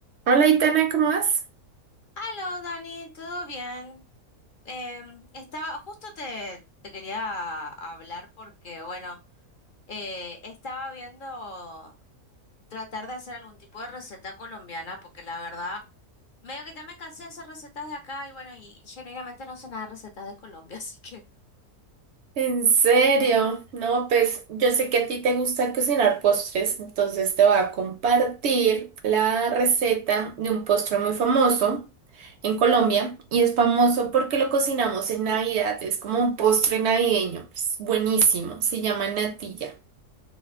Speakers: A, on the right; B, on the left.
A: Hola, Itana, ¿cómo vas?
B: Aló, Dani, ¿todo bien? Em, estaba, justo te, te quería hablar porque, bueno, eh, estaba viendo tratar de hacer algún tipo de receta colombiana porque la verdad, medio que ya me cansé de hacer recetas de acá y bueno, y genuinamente no sé nada de recetas de Colombia, <laughs> así que...
A: En serio, no, pues yo sé que a ti te gusta cocinar postres, entonces te voy a compartir la receta de un postre muy famoso en Colombia y es famoso porque lo cocinamos en Navidad, es como un postre navideño, es buenísimo, se llama natilla.